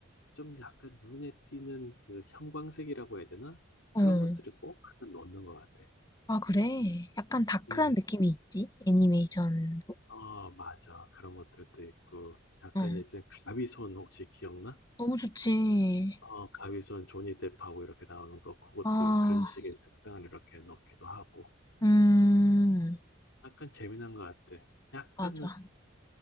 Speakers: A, on the left; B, on the left.
A: 좀 약간 눈에 띄는 그 형광색이라고 해야 되나?
B: 어.
A: 그런 것들이 꼭 하나 넣는 것 같아.
B: 아, 그래? 약간 다크한
A: 음.
B: 느낌이 있지? 애니메이션.
A: 어, 맞아. 그런 것들도 있고. 약간
B: 어.
A: 예전에 가위손 혹시 기억나?
B: 너무 좋지.
A: 어, 가위손 조니 뎁하고 이렇게 나오는 거. 그것도
B: 아,
A: 그런 식의 색상을 이렇게 넣기도 하고.
B: 음.
A: 약간 재미난 것 같아. 약간
B: 맞아.